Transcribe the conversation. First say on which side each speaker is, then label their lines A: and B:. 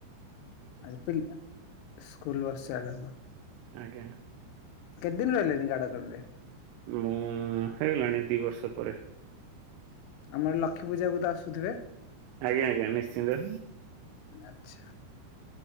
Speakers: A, on the left; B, on the right.
A: ଆଜି ପିଲ୍ ସ୍କୁଲ ବସ୍ ସାରାହବ।
B: ଆଜ୍ଞା।
A: କେତ୍ ଦିନ ରହିଲେଣି ଗାଡ଼ କଣରେ?
B: ମୁଁ-ଉଁ ହେଇଗଲାଣି ଦି ବର୍ଷ ପରେ
A: ଆମର ଲକ୍ଷୀ ପୂଜାକୁ ତ ଆସୁଥିବେ?
B: ଆଜ୍ଞା, ଆଜ୍ଞା, ନିଶ୍ଚିନ୍ତ।
A: ଆଚ୍ଛା।